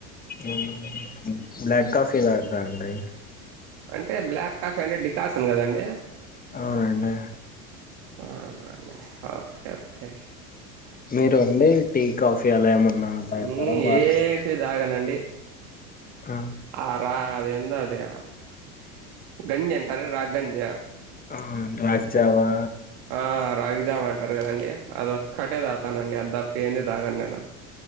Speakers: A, on the left (about 20°); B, on the right (about 60°).
A: ఉమ్ బ్లక్ కాఫీ తాగుతా అండి
B: అంటే బ్లాక్ కాఫీ అంటే డికాసన్ కదండి
A: అవునండి
B: అవునండి ఓకే ఓకే
A: మీరు అండి టీ కాఫీ అలా ఏమన్నా తాగుతారా
B: నీ
A: మార్నింగ్
B: ఏంటివి తాగనండి
A: ఆ
B: ఆ రా అద ఎంద అదే గంజి అంటార రా గంజి
A: ఆ రాగ్జావా
B: ఆ రాగిజావ అంటారు కదండి అదోక్కటే తగ్తనండి అది తప్ప ఏంది దాగాను నేను